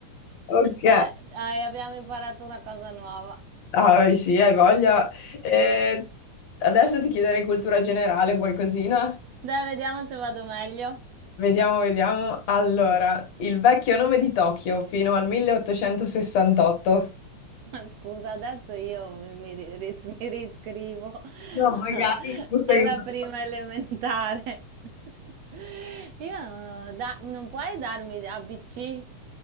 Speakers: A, on the left (about 60°); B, on the right (about 70°).
A: ok.
B: Vabbè, dai, abbiamo imparato una cosa nuova.
A: Ah, sì, hai voglia. Eh, adesso ti chiederei cultura generale, qualcosina.
B: Dai, vediamo se vado meglio.
A: Vediamo, vediamo. Allora, il vecchio nome di Tokyo fino al 1868.
B: Scusa, adesso io mi, mi ri- ri- mi riscrivo
A: No, magari
B: <laughs>
A: tu sei
B: alla
A: una
B: prima elementare. <laughs> Io non, ho da- non puoi darmi ABC?